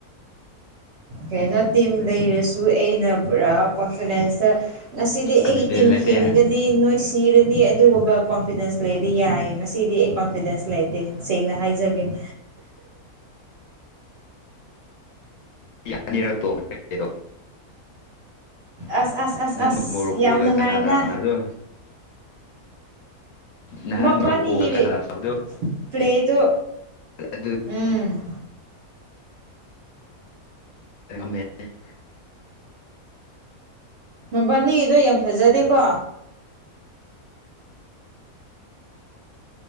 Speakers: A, on the right; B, on the left.
A: ꯀꯅ ꯇꯤꯝ ꯂꯩꯔꯁꯨ ꯑꯩꯅ ꯄꯨꯔꯥ ꯄꯔꯐꯣꯔꯃꯦꯟꯁꯇ ꯉꯁꯤꯗꯤ ꯑꯩꯒꯤ
B: ꯀꯟꯐꯤꯗꯦꯟ
A: ꯇꯤꯝ
B: ꯂꯩꯇꯦ
A: ꯍꯤꯡꯒꯅꯤ ꯅꯣꯏ ꯁꯤꯔꯅꯤ ꯑꯗꯨꯒꯨꯝꯕ ꯀꯣꯟꯐꯤꯗꯦꯟꯁ ꯂꯩꯗꯤ ꯌꯥꯏ ꯉꯁꯤꯗꯤ ꯑꯩ ꯀꯣꯟꯐꯤꯗꯦꯟꯁ ꯂꯩꯇꯦ ꯁꯦꯡꯅ ꯍꯥꯏꯖꯒꯦ <inaudible>
B: ꯌꯥꯅꯤꯔꯛꯇꯣꯗꯣ <inaudible>
A: ꯑꯁ ꯑꯁ ꯑꯁ
B: ꯅꯍꯥꯟ
A: ꯑꯁ
B: ꯃꯣꯔꯣꯀꯣꯒ
A: ꯌꯥꯝ ꯅꯨꯡꯉꯥꯏꯅ
B: ꯀꯅꯥꯗꯥ ꯁꯥꯟꯅꯕꯗꯣ ꯅꯍꯥꯟ
A: ꯃꯕꯥꯅꯤꯒꯤ
B: ꯔꯣꯂꯨꯛꯀꯣ ꯀꯅꯥꯗꯒ ꯁꯅꯕꯗꯣ
A: ꯄ꯭ꯂꯦꯗꯨ
B: ꯑꯗꯨ
A: ꯎꯝ
B: ꯃꯦ <inaudible>
A: ꯃꯕꯥꯟꯅꯤꯗꯣ ꯌꯥꯝ ꯐꯖꯗꯦꯀꯣ